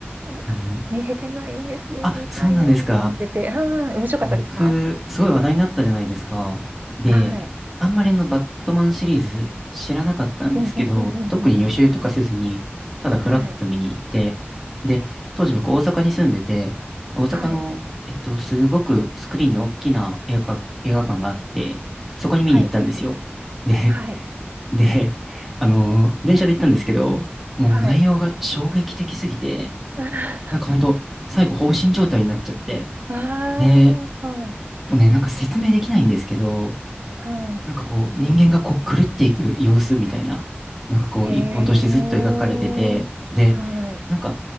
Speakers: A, on the right (about 50°); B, in the centre.
A: うん、
B: あの、
A: あ、見れてないんですよ。
B: あ、
A: 見たいなと思ってて。
B: そうなんですか。
A: <laughs> はい。面白かったですか？
B: 僕、すごい話題になったじゃないですか。で、
A: はい。
B: あんまりあのバットマンシリーズ知らなかったんですけど、
A: うんうんうんうんうんう
B: 特に予習とかせずに、
A: ん
B: ただフラッと見に行って、
A: はい。
B: で、当時僕大阪に住んでて、大阪の、
A: はい。
B: えっと、すごくスクリーンの大きな映画館、映画館があって、そこに見に行ったんですよ。
A: はい。
B: で、
A: はい。
B: で、あのー電車で行ったんですけど、もう内容が衝撃的すぎて、
A: はい。<laughs>
B: なんかほんと、最後放心状態になっちゃって、
A: ああ、
B: で、
A: はい。
B: もうね、なんか説明できないんですけど、
A: はい。
B: なんかこう、人間がこう狂っていく様子みたいななんかこう、
A: へえ。
B: 一本としてずっと描かれてて、で、
A: はい。
B: なんか、